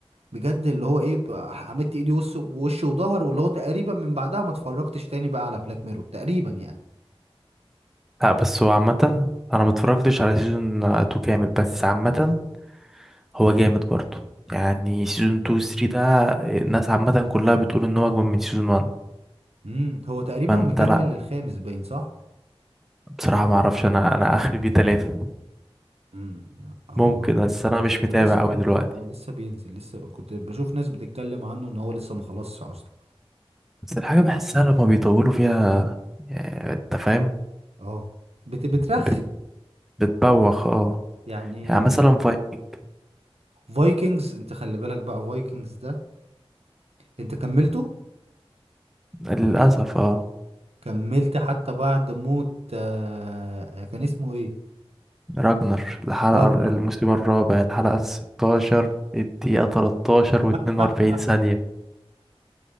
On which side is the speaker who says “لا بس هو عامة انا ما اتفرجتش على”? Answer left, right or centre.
Centre